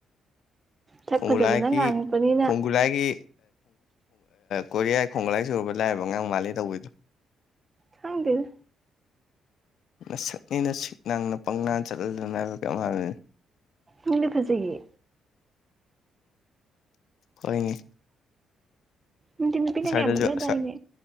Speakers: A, on the right; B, on the left.
A: ꯁꯛ
B: ꯈꯨꯒꯨꯂꯥꯒꯤ
A: ꯐꯖꯕꯅ ꯉꯥꯡꯉꯛꯄꯅꯤꯅ
B: ꯈꯨꯒꯨꯂꯥꯒꯤ ꯀꯣꯔꯤꯌꯥ ꯈꯣꯡꯒ ꯂꯥꯏ ꯁꯨꯔꯕ ꯂꯥꯏꯔꯕ ꯑꯉꯥꯡ ꯃꯥꯂꯦ ꯇꯧꯕꯩꯗꯣ
A: ꯈꯪꯗꯦꯗ
B: ꯅꯁꯛꯅꯤꯅ ꯁꯛ ꯡꯅ ꯄꯪ ꯅ ꯆꯠꯂꯗꯅ ꯍꯥꯏꯕꯀꯩꯝ ꯍꯥꯏꯕꯅꯤ
A: ꯏꯡꯅ ꯐꯖꯩ
B: ꯍꯣꯏꯅꯦ
A: ꯅꯪꯗꯤ ꯅꯨꯄꯤꯅꯒ
B: ꯉꯁꯥꯏꯗꯁꯨ
A: ꯌꯥꯝ ꯂꯛꯅꯗꯥꯏꯅꯦ
B: ꯁꯛ